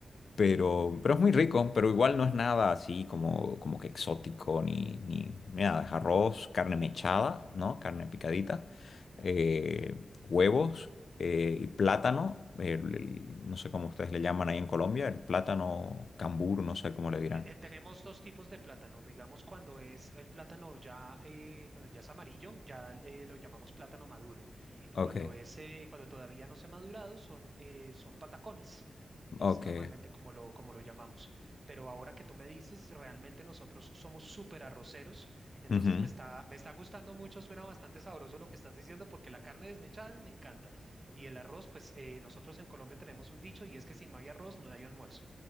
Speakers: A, on the left; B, on the right.
A: Pero, pero es muy rico, pero igual no es nada así como, como que exótico ni, ni nada. Es arroz, carne mechada, ¿no? Carne picadita, eh, huevos eh, y plátano. el- el- no sé cómo ustedes le llaman ahí en Colombia, el plátano cambur, no sé cómo le dirán.
B: eh, eh, tenemos dos tipos de plátano. Digamos, cuando es el plátano ya, eh, cuando ya es amarillo, ya eh, lo llamamos plátano maduro. Y
A: Ok,
B: cuando es, eh, cuando todavía no se ha madurado, son, eh, son patacones. Es
A: ok.
B: normalmente como lo, como lo llamamos. Pero ahora que tú me dices, realmente nosotros somos súper arroceros. Entonces
A: Ujú.
B: me está, me está gustando mucho, suena bastante sabroso lo que estás diciendo, porque la carne desmechada me encanta. Y el arroz, pues eh, nosotros en Colombia tenemos un dicho y es que si no hay arroz, no hay almuerzo.